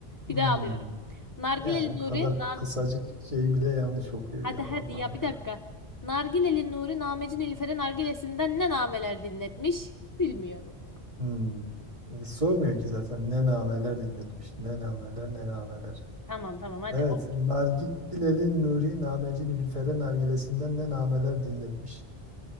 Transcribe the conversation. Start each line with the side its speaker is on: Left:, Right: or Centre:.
Right: Hmm.
Left: Bir daha alıyorum. Nargileli
Right: Yani bu kadar
Left: Nuri, nam
Right: kısacık şeyi bile yanlış okuyor
Left: hadi
Right: ya Allah'ım
Left: hadi ya bir
Right: yarabbim.
Left: dakika. Nargileli Nuri, Nameci Nilüfer'e nargilesinden ne nameler dinletmiş? Bilmiyorum.
Right: Hmm. E, sormuyor ki zaten ne nameler dinletmiş. Ne nameler ne nameler.
Left: Tamam tamam hadi.
Right: Evet
Left: O,
Right: Nargileli Nuri Nameci Nilüfer'e nargilesinden ne nameler dinletmiş.